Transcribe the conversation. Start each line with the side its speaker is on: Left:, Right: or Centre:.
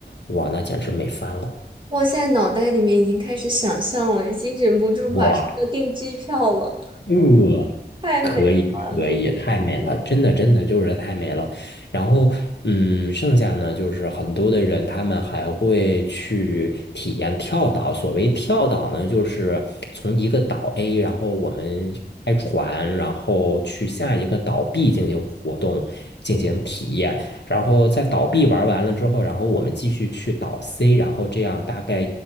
Left: 哇，那简直美翻了！
Right: 我现在脑袋里面已经开始想象了，已经忍不住马上要订机票了，
Left: 哇！呃，
Right: 太美了，
Left: 可以可以，
Right: 这个景色，
Left: 太美了，真的真的就是太美了。然后，嗯，剩下呢，就是很多的人他们还会去体验跳岛。所谓跳岛呢，就是从一个岛 A，然后我们开船，然后去下一个岛 B 进行活动，进行体验。然后在岛 B 玩完了之后，然后我们继续去岛 C，然后这样大概